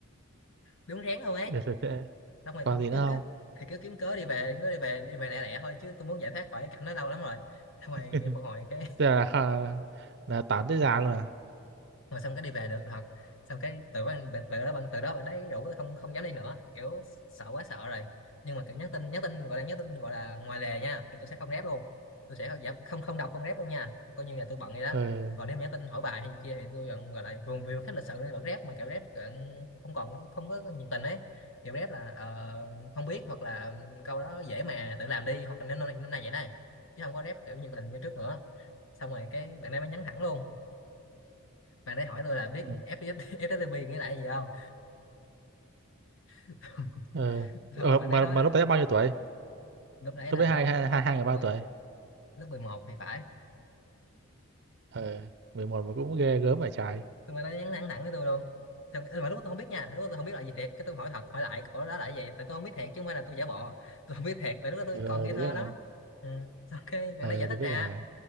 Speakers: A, on the left (about 60°); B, on the right (about 50°).
A: đúng rén luôn ấy
B: được, được, được.
A: xong rồi
B: còn
A: cứ
B: gì nữa
A: cứ,
B: không
A: cứ thì cứ kiếm cớ đi về cứ đi về đi về lẻ lẻ thôi chứ tôi muốn giải thoát khỏi cái cảnh đó lâu lắm rồi xong
B: <laughs>
A: rồi một hồi cái
B: tức là kha- là tán
A: <laughs>
B: tới già luôn à
A: rồi xong cái đi về được thật xong cái từ bạn bạn- từ đó bạn từ đó bạn đấy rủ tôi không không dám đi nữa kiểu sợ quá sợ rồi nhưng mà kiểu nhắn tin nhắn tin gọi là nhắn tin gọi là ngoài lề nha thì tôi sẽ không rep luôn tôi sẽ không dạ, không không đọc không rep luôn nha coi như là tôi bận vậy đó
B: ừ
A: còn nếu mà nhắn tin hỏi bài hay gì kia thì tôi vẫn gọi là vùng vì khách lịch sự nên vẫn rep mà kiểu rep kiểu không còn không có nhiệt tình ấy kiểu rep là ờ, không biết hoặc là câu đó dễ mà tự làm đi hoặc là năm nay năm nay vậy này chứ không có rep kiểu nhiệt tình như trước nữa xong rồi cái bạn ấy mới nhắn thẳng luôn bạn đấy hỏi tôi là biết
B: ừ
A: FTP FTP nghĩa là gì không <laughs>
B: ừ
A: xong
B: Ờ,
A: rồi bạn
B: mà
A: đấy nói
B: mà
A: là
B: lúc đấy bao nhiêu tuổi
A: lúc đấy
B: lúc
A: là
B: đấy
A: lớp
B: hai hai hai hai người bao
A: mười
B: nhiêu tuổi
A: lớp 11 thì phải
B: ờ mười một mà cũng ghê gớm phải trái
A: xong rồi nó nhắn thẳng thẳng với tôi luôn xong, ừ, mà lúc đó tôi không biết nha lúc đó tôi không biết là gì thiệt cái tôi hỏi thật hỏi lại ủa đó là cái gì tại tôi không biết thiệt chứ không phải là tôi giả bộ <laughs> tôi không biết thiệt tại lúc đó tôi
B: ờ
A: còn ngây
B: tôi
A: thơ
B: biết
A: lắm
B: là
A: ừ. xong cái gần
B: ờ
A: đó giải thích
B: tôi biết
A: ra
B: rồi